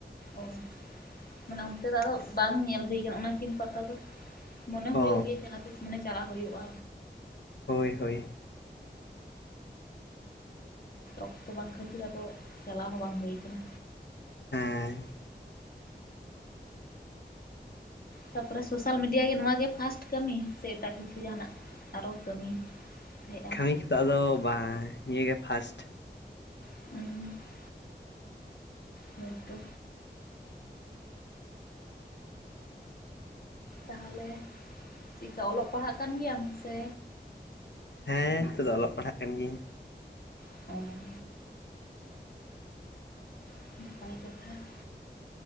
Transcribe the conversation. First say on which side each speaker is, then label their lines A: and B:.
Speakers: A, on the left; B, on the left.
A: ᱚ ᱢᱟᱱᱮ ᱚᱱᱛᱮ ᱫᱚ ᱟᱫᱚ ᱵᱟᱝ ᱧᱮᱞ ᱦᱩᱭᱩᱜᱼᱟ᱾ ᱚᱱᱟ ᱠᱤᱱ ᱯᱟᱛᱟ ᱫᱚ ᱢᱚᱱᱮ ᱦᱩᱭᱩᱜ
B: ᱚ
A: ᱜᱮᱭᱟ ᱡᱟᱦᱟᱸ ᱛᱤᱥ ᱢᱟᱱᱮ ᱪᱟᱞᱟᱣ ᱦᱩᱭᱩᱜᱼᱟ᱾
B: ᱦᱳᱭ ᱦᱳᱭ
A: ᱚᱠᱛᱚ ᱵᱟᱝ ᱠᱷᱟᱹᱛᱤᱨ ᱟᱫᱚ ᱪᱟᱞᱟᱣ ᱦᱚᱸ ᱵᱟᱝ ᱦᱩᱭ ᱠᱟᱱᱟ᱾
B: ᱦᱮᱸ
A: ᱛᱟᱨᱯᱚᱨᱮ ᱥᱳᱥᱟᱞ ᱢᱤᱰᱤᱭᱟ ᱜᱮ ᱱᱚᱣᱟ ᱜᱮ ᱯᱷᱟᱥᱴ ᱠᱟᱹᱢᱤ ᱥᱮ ᱮᱴᱟᱜ ᱠᱤᱪᱷᱩ ᱡᱟᱦᱟᱱᱟᱜ? ᱟᱨᱚ ᱠᱟᱹᱢᱤ <unintelligible>
B: ᱠᱟᱹᱢᱤ ᱠᱚᱫᱟ ᱟᱫᱚ ᱵᱟᱝ ᱱᱤᱭᱟᱹ ᱜᱮ ᱯᱷᱟᱥᱴ
A: <inaudible> ᱦᱮᱭᱛᱚ ᱛᱟᱦᱚᱞᱮ ᱪᱮᱫᱠᱟ ᱚᱞᱚᱜ ᱯᱟᱲᱦᱟᱜ ᱠᱟᱱ ᱜᱮᱭᱟᱢ ᱥᱮ
B: ᱦᱮᱸ ᱱᱤᱛᱚᱜ ᱫᱚ ᱚᱞᱚᱜ ᱯᱟᱲᱦᱟᱜ ᱠᱟᱱ ᱜᱤᱭᱟᱹᱧ᱾
A: <unintelligible> <unintelligible>